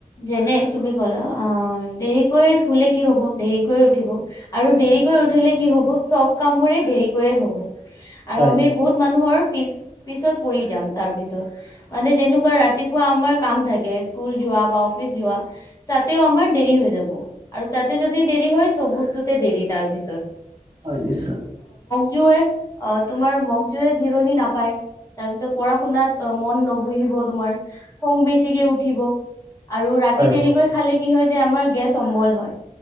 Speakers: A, on the left; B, on the right.
A: যেনে তুমি কলা, অ, দেৰিকৈ শুলে কি হ'ব! দেৰিকৈয়ে উঠিব আৰু দেৰিকৈ উঠিলে কি হ'ব! চব কাম বোৰে দেৰিকৈয়ে হ'ব। আৰু
B: হয়
A: আমি বহুত মানুহৰ পিছ-পিছত পৰি যাম তাৰপিছত। মানে যেনেকুৱা ৰাতিপুৱা আমাৰ কাম থাকে স্কুল যোৱা বা অফিচ যোৱা, তাতেও আমাৰ দেৰি হৈ যাব, আৰু তাতে যদি দেৰি হয়, চব বস্তুতে দেৰি তাৰ পিছত।
B: হয় নিশ্চয়।
A: জো <unintelligible> তোমাৰ মগজুয়ে জিৰণি নাপায়, তাৰপিছত পঢ়া শুনাত মন ন'বহিব, তোমাৰ খং বেছিকে উঠ ঠিব আৰু ৰাতি
B: হয়
A: দেৰিকৈ খালে কি হয় যে আমাৰ গেছ অম্বল হয়,